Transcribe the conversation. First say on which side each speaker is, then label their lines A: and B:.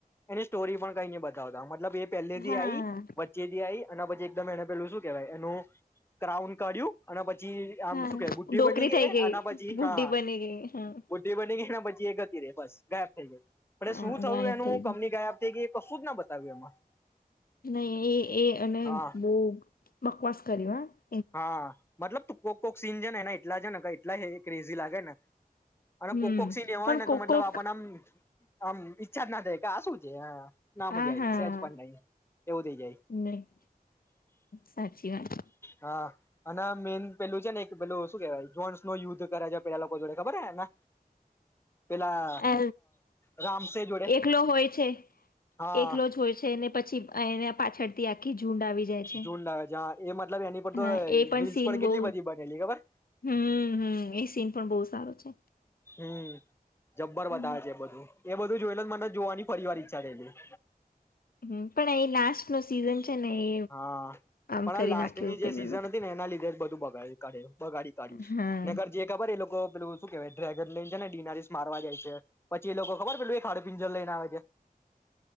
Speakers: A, on the left; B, on the left.
A: એની સ્ટોરી પણ કઈ ન બતાવતા. મતલબ એ પહેલેથી
B: હા,
A: આઈ વચ્ચેથી આઈ. એના પછી એકદમ એને પેલું શું કેહેવાય એનું, ક્રાઉન કાઢ્યું અને પછી ી આમ
B: હા,
A: શું કે ગુઢી
B: ડોકરી
A: બની ગઈ
B: થઈ
A: હ. એના પછી
B: બુઢી
A: હા,
B: બની ગઈ હા,
A: બુધી બની ગઈના પછી બસ, ગાયબ થઈ જાય આપણે
B: હા,
A: શું થયું
B: ગાયબ
A: એનું,
B: થઈ ગઈ.
A: કમની કાયબ થઈ ગઈ કશું જ ના બતાવ્યું એમાં
B: નહી, એ, એ, અને
A: હા
B: બવ બકવાસ કર્યો હો
A: હા, મતલબ તું કોક કોક સીન છે ને એટલા છે ને એટલા ક્રેઝી લાગે ને અને
B: હમ
A: કોક, કોક સીન એવા
B: પણ
A: હોય ને
B: કોક
A: કે મતલબ
B: કોક
A: આપણને આમ આમ ઈચ્છા જ ના થાય કે આ શું છે ના
B: હા,
A: મજા
B: હા,
A: આવી સેજ પણ નહી એવું થઇ જાય
B: નઈ સાચી વાત
A: હા, અને મેઈન પેલું છે ને એક પેલું શું કેવાય જોસનો યુદ્ધ કરે છે પેલા લોકો જોડે ખબર છે ને પેલા
B: અ,
A: રામસે જોડે,
B: એકલો હોય છે
A: હા
B: એકલો જ હોય છે ને પછી એને પાછળથી આખી ઝુંડ આવી જાય છે,
A: જુંડ આવે છે હા એ મતલબ એની પર
B: હા,
A: તો
B: એ પણ
A: રીલ્સ
B: સીન બહુ
A: કેટલી બધી બનેલી ખબર
B: હમ, હમ, એ સીન પણ બહુ સારો છે
A: હમ જબ્બર
B: હમ
A: બતાવે છે એ બધું એ બધું જોઈ મને, જોવાની ફરી વાર ઈચ્છા થયેલી
B: હમ, પણ અહી લાસ્ટનો સીઝન છે ને એ
A: હા
B: આમ
A: પણ આ
B: કરી
A: લાસ્ટની
B: નાખ્યું
A: જે
B: પેલું
A: સિઝન
B: લોકો
A: હતી ને એના લીધે જ બધું બ ઘરે <unintelligible> બગાડી કાઢ્યું
B: હા
A: નગર જે ખબર એ લોકો પેલું શું કેવાય ડ્રેગન લેને જાય ને ડિનારીસ મારવા જાય છે પછી એ લોકો ખબર પેલું એક હાડ પિંજર લઈને આવે છે.